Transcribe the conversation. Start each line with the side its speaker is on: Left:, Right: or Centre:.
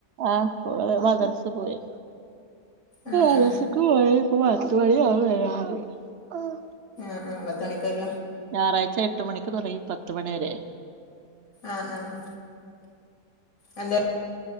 Right: ആഹ് ഓള് മദർസ് പോയി
Left: ആ
Right: അലസുക്കും
Left: ആ
Right: പൊയി ഇപ്പോ പത്ത് മണിയാവും വരാന് ആഹ്
Left: ആഹ് പത്തണിക്കാ വര
Right: ഞായറാഴ്ച എട്ട് മണിക്ക് തുടങ്ങി പത്ത് മണി വരെ
Left: ആഹ് ആഹ് എൻ്റെ